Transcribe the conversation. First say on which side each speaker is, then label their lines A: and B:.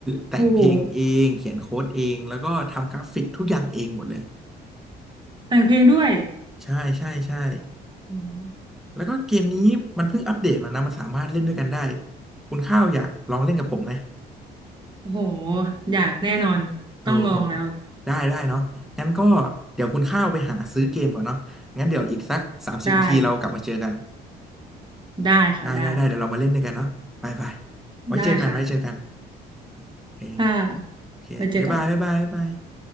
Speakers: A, in the centre; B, on the right.
A: แต่งเพลงเองเขียนโค้ดเองแล้วก็ทำกราฟิกทุกอย่างเองหมดเลย
B: โอ้โหแต่งเพลงด้วย
A: ใช่ใช่ใช่
B: อืม
A: แล้วก็เกมนี้มันเพิ่งอัปเดตมานะมันสามารถเล่นด้วยกันได้คุณข้าวอยากลองเล่นกับผมไหม
B: โอ้โหอยากแน่นอนต้องลองแล้ว
A: โอ้โหได้ได้เนาะงั้นก็เดี๋ยวคุณข้าวไปหาซื้อเกมก่อนเนาะงั้นเดี๋ยวอีกสักสามสิบนาทีเรากลับมาเจอกัน
B: ได้ได้ค่ะได้
A: ได้ได้ได้เดี๋ยวเรามาเล่นด้วยกันเนาะไปไปไว้เจอกันไว้เจอกัน
B: ได้ค่ะ
A: โอเค
B: ถ้า
A: โอเคบ๊ายบายบ๊ายบายบ๊ายบาย
B: ไว้เจอกัน